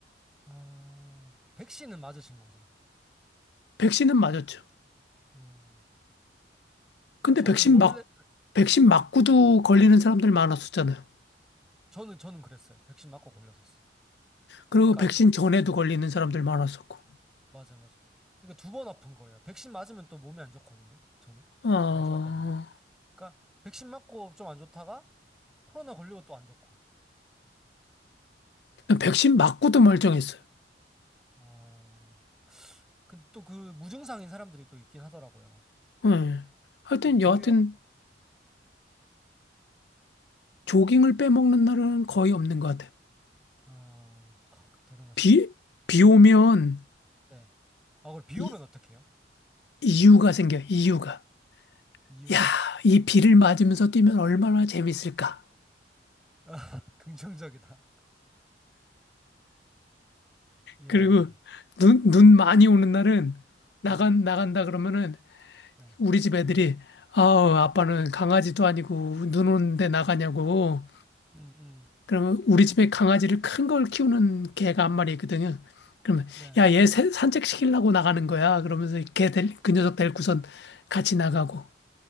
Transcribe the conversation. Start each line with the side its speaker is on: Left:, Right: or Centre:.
Centre: 아, 백신은 맞으신 거죠?
Left: 백신은 맞았죠.
Centre: 음,
Left: 근데
Centre: 저는
Left: 백신
Centre: 원래,
Left: 막 백신 맞고도 걸리는 사람들 많았었잖아요.
Centre: 저는, 저는 그랬어요. 백신 맞고 걸렸었어요.
Left: 그리고
Centre: 그러니까
Left: 백신 전에도 걸리는 사람들 많았었고.
Centre: 맞아, 맞아. 그러니까 두 번 아픈 거예요. 백신 맞으면 또 몸이 안 좋거든요. 저는
Left: 아,
Centre: 안 좋았거든요. 그러니까 백신 맞고 좀 안 좋다가 코로나 걸리고 또 안 좋고.
Left: 백신 맞고도 멀쩡했어요.
Centre: 어, 근데 또 그 무증상인 사람들이 또 있긴 하더라고요.
Left: 예. 하여튼
Centre: 네, 저희
Left: 여하튼
Centre: 어,
Left: 조깅을 빼먹는 날은 거의 없는 것 같아.
Centre: 어, 하, 대단하시다.
Left: 비, 비 오면
Centre: 네. 아, 그럼 비
Left: 이,
Centre: 오면 어떡해요?
Left: 이유가 생겨. 이유가.
Centre: 이유.
Left: 야, 이 비를 맞으면서 뛰면 얼마나 재밌을까?
Centre: <laughs> 아, 긍정적이다. 이야.
Left: 그리고 눈, 눈 많이 오는 날은 나간,
Centre: 네.
Left: 나간다 그러면은
Centre: 네.
Left: 우리 집 애들이 아우, 아빠는 강아지도 아니고 눈 오는데 나가냐고.
Centre: 음, 음.
Left: 그러면 우리 집에 강아지를 큰 걸 키우는 개가 한 마리 있거든요. 그러면
Centre: 네.
Left: 야, 얘 새- 산책시키려고 나가는 거야. 그러면서 걔 될, 그 녀석 데리고선 같이 나가고.